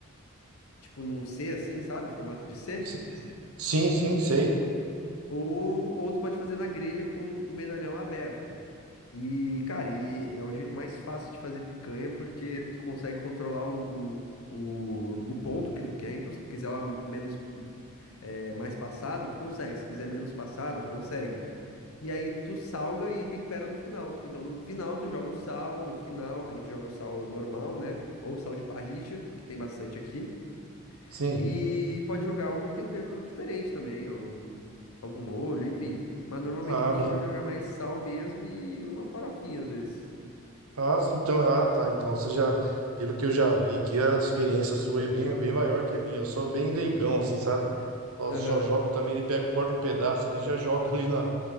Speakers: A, on the left; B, on the right.
A: tipo num C assim, sabe? Formato de C.
B: Sim, sim, sim, sei.
A: Ou, ou tu pode fazer na grelha com o medalhão aberto. E, cara, e é o jeito mais fácil de fazer picanha porque tu consegue controlar o, o, o, o ponto que tu quer. Então, se tu quiser ela menos, é, mais passada, tu consegue. Se quiser menos passada, consegue. E aí tu salga e tempera no final. Então no final tu joga o sal, no final, aí tu joga o sal normal, né? Ou sal de parrilla, que tem bastante aqui.
B: Sim.
A: E pode jogar algum tempero diferente também, ou algum molho, enfim. Mas normalmente
B: Ah,
A: o pessoal joga mais sal mesmo e uma farofinha às vezes.
B: Ah, sim, então, ah, tá. Então, você já, pelo que eu já vi aqui, a experiência sua é bem, bem maior que a minha. Eu sou bem leigão, assim, sabe? Só,
A: Aham.
B: só jogo também, ele pega, corta um pedaço ali, já joga <laughs> ali na,